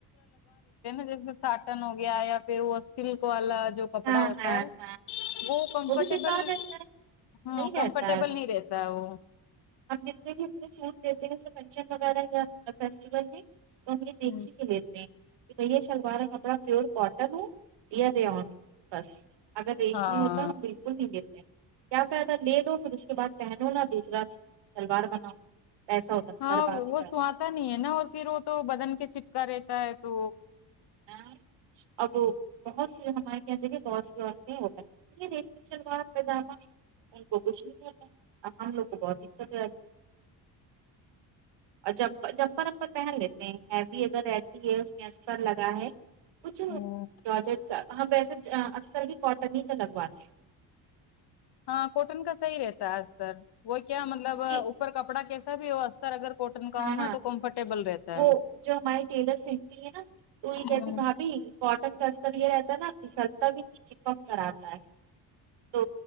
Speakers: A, on the left (about 60°); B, on the right (about 70°).
A: جیسے سا ٹن ہو گیا یا پھر وہ سلک والا جو کپڑا
B: ہاں
A: ہوتا
B: ہاں
A: ہے
B: ہاں
A: وہ کمفرٹیبل
B: بھی بیکار رہتا ہے
A: ہوں
B: نہیں
A: کمفرٹیبل
B: رہتا ہے وہ
A: نہیں رہتا ہے وہ
B: ہم جتنے بھی اتنے سوٹ دیتے ہیں جیسے فنچم وغیرہ یا فیسٹیول میں تو ہم یہ
A: ہوں
B: دیکھ ہی لیتے ہیں کہ بھیا شلوار کا کپڑا پیور کوٹن ہو یا رےایان ہو بس اگر ریش
A: ہاں
B: نہیں ہوتادیکھ وہ نہیں لیتے کیا فا ئدہ لے لو پھر اس کے بعد پہنو نہ دوسرا سلوار بناؤ پیسہ ہوتا نا
A: ہاں
B: برباد ہو
A: وہ
B: جاتا
A: سوتا نہیں ہے نا اور پھر وہ تو بدن کے چپکا رہتا ہے تو
B: ہے اب بہت سی ہم مائیں کہدے بہت سی و ہوگئے شوار پیداما ان کو کچھ نہیں ہے ہم لوگ کو بہت دقت ہےی اور جمر جمپر امپر پہن لیتے ہیں ہیوی اگر رہتی ہے اس میں ار لگا ہے کچھ
A: ہوں،
B: ججٹ ہم ویسے اکثر بھی کاٹن ہی کا لگواتے
A: ہاں کوٹن کا صحیح رہتا ہے اس تر وہ کیا مطلب
B: کیونکہ
A: اوپر کپڑا کیسا بھی ہو اگر کوٹن کا
B: ہاں
A: ہو نا تو کمفرٹیبل رہتا ہے
B: وہ جو ہماراری ٹیلر سیکھتی ہے نا تو یہ کہتی
A: ہوں
B: بھابھی کاٹن کا یہ رہتا ہے نا ا سرتا بھی نہیں چپک کر آتا ہے تو